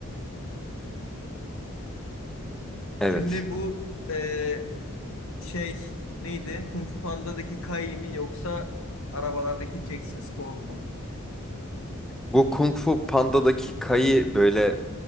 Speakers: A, in the centre; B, on the left.
A: Evet.
B: Şimdi bu eee, şey neydi? Kung Fu Panda'daki Kai mi yoksa arabalardaki Jackson Storm mu?
A: Bu Kung Fu Panda'daki Kai'yi böyle